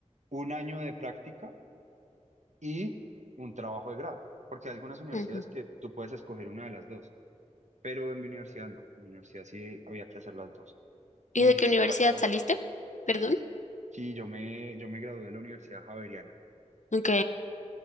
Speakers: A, on the right; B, on the left.
A: un año de práctica y un trabajo de grado, porque hay algunas universidades
B: ujú.
A: que tú puedes escoger una de las dos, pero en mi universidad no, en mi universidad sí había que hacer las dos
B: ¿Y
A: y
B: de qué universidad
A: me parece valioso.
B: saliste? Perdón.
A: Sí, yo me, yo me gradué de la Universidad Javeriana.
B: Ok,